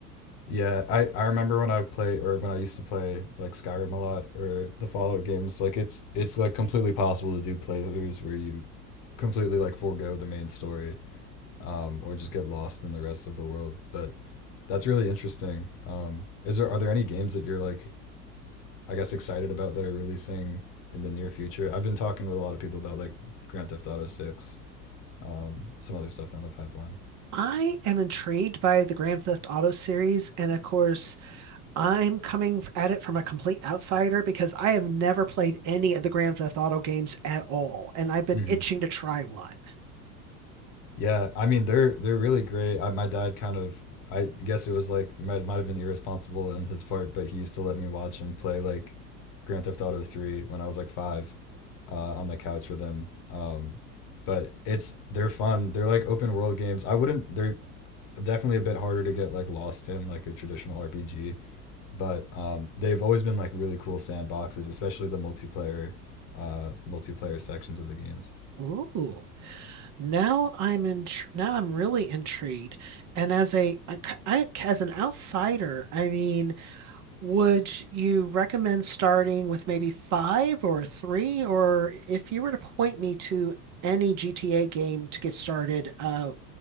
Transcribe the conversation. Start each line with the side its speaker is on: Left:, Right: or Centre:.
Left: Yeah, I, I remember when I play or when I used to play like Skyrim a lot or the Fallout games, like it's it's like completely possible to do playthroughs where you completely like forego the main story um, or just get lost in the rest of the world. But that's really interesting. Um, is there are there any games that you're like I guess excited about that are releasing in the near future? I've been talking with a lot of people about like Grand Theft Auto Six, um, some other stuff down the pipeline.
Right: I am intrigued by the Grand Theft Auto series, and of course, I'm coming at it from a complete outsider because I have never played any of the Grand Theft Auto games at all, and I've been
Left: Mm-hmm.
Right: itching to try one.
Left: Yeah, I mean they're they're really great. I, my dad kind of I guess it was like might might have been irresponsible in his part, but he used to let me watch him play like Grand Theft Auto 3 when I was like 5 uh, on the couch with him. Um, but it's they're fun. They're like open world games. I wouldn't they're definitely a bit harder to get like lost in like a traditional RPG, but um, they've always been like really cool sandboxes, especially the multiplayer uh, multiplayer sections of the games.
Right: Ooh, now I'm in, now I'm really intrigued. And as a, a c- I- as an outsider, I mean, would you recommend starting with maybe five or three, or if you were to point me to any GTA game to get started, uh,